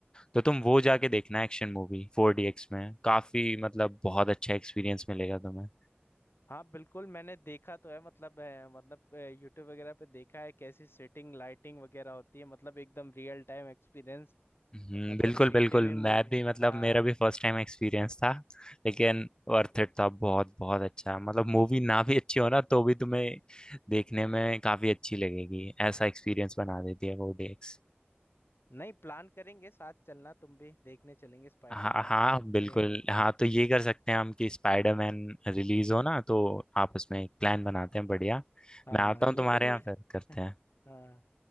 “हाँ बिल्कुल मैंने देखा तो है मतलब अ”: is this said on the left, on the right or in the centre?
Left